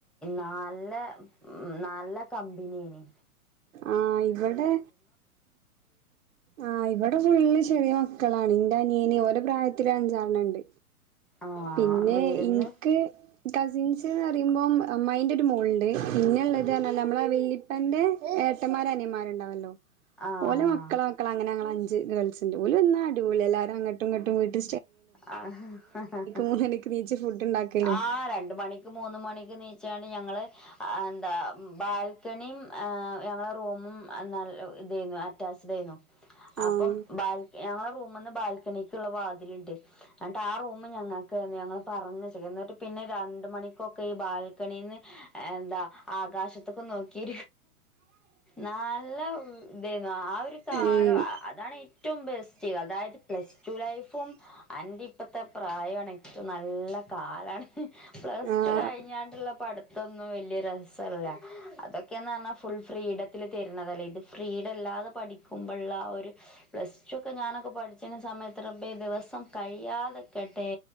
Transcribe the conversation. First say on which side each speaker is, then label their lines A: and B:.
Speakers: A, in the centre; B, on the right.
A: നല്ല നല്ല ബിനെനി
B: ആ ഇവിടെ ആ ഇവിടെ ഫുള്ള് ചെറീ ക്കളാണ് ഇന്റെ അനിയന് ഓലെ പ്രായത്തിലും അഞ്ചാറണം ഇണ്ട്
A: ആഹ്
B: പിന്നെ
A: വിരുന്ന്
B: ഇൻക്ക് കസിൻസ് എന്ന് പറയുമ്പം അമ്മായിന്റൊരു മോൾണ്ട് പിന്നെള്ളത് പറഞ്ഞ നമ്മളെ വെല്ലിപ്പന്റെ ഏട്ട ട്ടന്മാര് അനിയൻന്മാര്ണ്ടാവല്ലോ
A: ആഹ്
B: ഓലെ മക്കളെ മക്കള അങ്ങനെ ഗേൾസിന്റെ ഓലന്നും അടിപൊളി എല്ലാരും അങ്ങട്ടും ഇങ്ങട്ടും വീട്ട്
A: ആ ഹാ ഹാ
B: മൂന്നണിക്ക് നീച്ച് ഫുഡ് ഇണ്ടാക്കലും
A: ആ രണ്ട് മണിക്കും മൂന്ന് മണിക്കും നീ ച്ചാണ്ട് ഞങ്ങള് എന്താ ബാൽകെണിം ഞങ്ങളെ റൂമും എ ഇതെന്നു അറ്റാച്ച്ഡ് ഏന്നു
B: ആഹ്
A: അപ്പം ബാൽ ഞങ്ങളെ റൂമ്ന്ന് ബാൽക്കണിക്ക്ള്ള വാതില്ണ്ട് ന്നട്ട് ആ റൂം ഞങ്ങൾക്ക് ഏയ്രുന്നു ഞങ്ങള് പറഞ് ചകെയ്നു എന്നിട്ട് പിന്നെ രണ്ട് മണിക്കൊക്കെ ഈ ബാൽക്കണി ന്ന് എന്താ ആകാശത്ത്ക്കും നോക്കി നല്ല ഇതെന്നു ആ രു കാലം
B: ഉം
A: അതാണ് ഏറ്റവും ബെസ്റ്റ് അതായത് പ്ലസ് ടു ലൈഫും അന്റെ ഇപ്പത്തെ പ്രായണ് ഏറ്റവും നല്ല കാലാണ് പ്ലസ്
B: ആഹ്
A: ടു കഴിഞ്ഞാണ്ട്ള്ള അട്ത്തൊന്നും വൽയ രസല്ല അതൊക്കെന്ന് പറഞ്ഞാ ഫുൾ ഫ്രീഡത്തില് തരുന്നതല്ലേ ഇത് ഫ്രീഡം അല്ലാതെ പഠിക്കുമ്പള്ള ആ ഒരു പ്ലസ് ടു ഒക്കെ ഞാനൊക്കെ പഠിചീനെ സമയത്ത് റബ്ബേ ദിവസം കഴിയാതെക്കട്ടെ